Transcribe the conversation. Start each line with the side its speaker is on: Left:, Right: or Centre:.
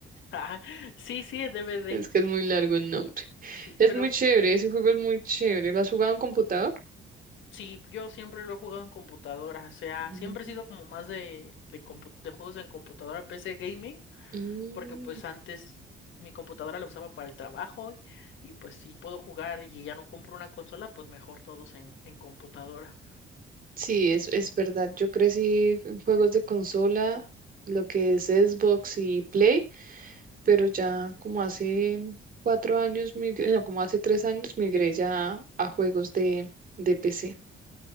Left: Ajá. <laughs> Sí, sí, el DVD.
Right: Es que es muy largo el nombre.
Left: Sí,
Right: Es
Left: pero
Right: muy chévere, ese juego es muy chévere. ¿Lo has jugado en computador?
Left: sí, yo siempre lo he jugado en computadora, o sea,
Right: Mm.
Left: siempre he sido como más de de, compu- de juegos en computadora, PC gaming,
Right: Mm,
Left: porque pues antes mi computadora la usaba para el trabajo y pues si puedo jugar y ya no compro una consola, pues mejor todos en en computadora.
Right: sí, es, es verdad. Yo crecí en juegos de consola, lo que es Xbox y Play, pero
Left: Ujú.
Right: ya como hace cuatro años, migré- no, como hace tres años, migré ya a juegos de, de PC.